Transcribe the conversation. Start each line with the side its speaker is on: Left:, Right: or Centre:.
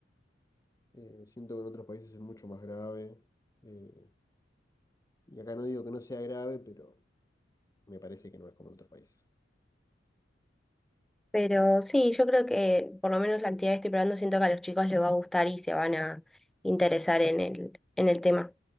Left: Eh, siento que en otros países es mucho más grave. eh, y acá no digo que no sea grave, pero me parece que no es como en otros países.
Centre: Pero sí, yo creo que por lo menos la actividad que estoy probando siento que a los chicos les va a gustar y se van a interesar en el, en el tema.